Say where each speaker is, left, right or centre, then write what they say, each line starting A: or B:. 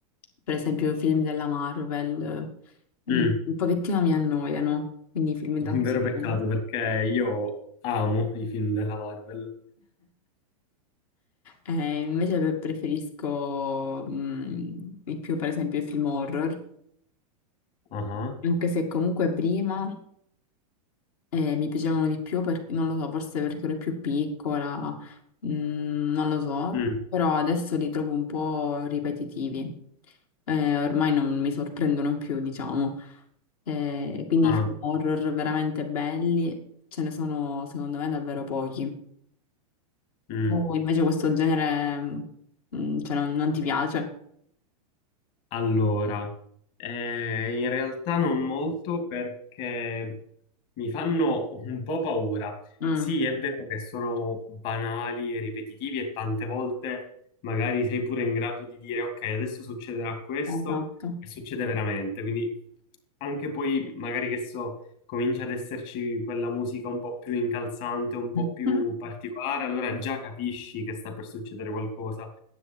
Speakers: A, on the left; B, on the left.
A: per esempio, i film della Marvel, eh,
B: Mm,
A: mh, un pochettino mi annoiano, quindi i film d'azione.
B: un vero peccato perché io amo i film della Marvel.
A: Eh, invece pre- preferisco mm, di più, per esempio, i film horror,
B: Ah, ah.
A: anche se comunque prima eh, mi piacevano di più perché, non lo so, forse perché ero più piccola, mm, non lo so,
B: Mm,
A: però adesso li trovo un po' ripetitivi. Eh, ormai non mi sorprendono più, diciamo. Eh, quindi
B: ah,
A: i film horror veramente belli ce ne sono, secondo me, davvero pochi.
B: mm.
A: Tu invece questo genere, mm, cioè, non, non ti piace?
B: Allora, eh, in realtà non molto perché mi fanno un po' paura.
A: Mm.
B: Sì, è vero che sono banali e ripetitivi e tante volte magari sei pure in grado di dire ok, adesso succederà questo
A: Eh, Esatto.
B: e succede veramente. Quindi anche poi magari che so comincia ad esserci quella musica un po' più incalzante, un po'
A: <laughs>
B: più particolare, allora già capisci che sta per succedere qualcosa.